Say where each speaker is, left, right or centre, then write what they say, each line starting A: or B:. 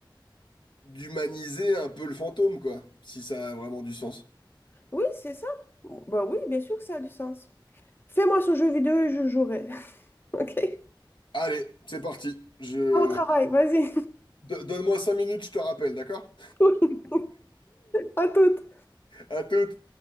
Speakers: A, on the left (about 70°); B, on the left (about 25°).
A: d'humaniser un peu le fantôme, quoi, si ça a vraiment du sens.
B: Oui, c'est ça. Bah oui, bien sûr que ça a du sens. Fais-moi ce jeu vidéo et je jouerai. <laughs> OK?
A: Allez, c'est parti. Je...
B: Au travail, vas-y.
A: Do- Donne-moi 5 minutes, je te rappelle, d'accord?
B: <laughs> À toutes.
A: À toutes.